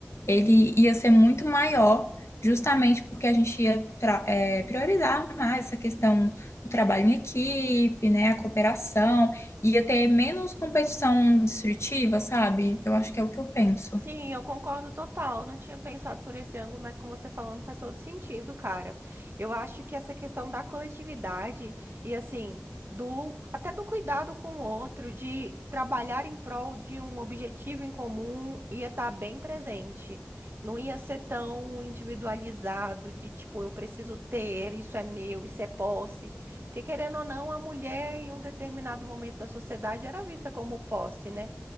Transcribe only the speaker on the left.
ele ia ser muito maior, justamente porque a gente ia tra- é, priorizar mais essa questão do trabalho em equipe, né? A cooperação, ia ter menos competição destrutiva, sabe? Eu acho que é o que eu penso.